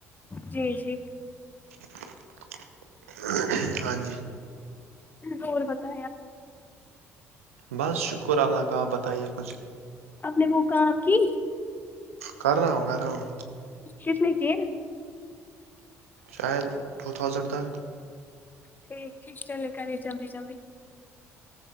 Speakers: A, on the left; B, on the right.
A: جی جی
B: <unintelligible> ہاں جی
A: اورور پتا
B: بس شکر اللہ کا بتائیے کچھ
A: آپ نے وہ کہاں کی
B: کر رہاوں کر رہاؤوں
A: کشنے کی
B: شاید ٹو تھاؤزنڈ تک
A: ٹھیک ٹھیک چلے کرے جلدی جلدی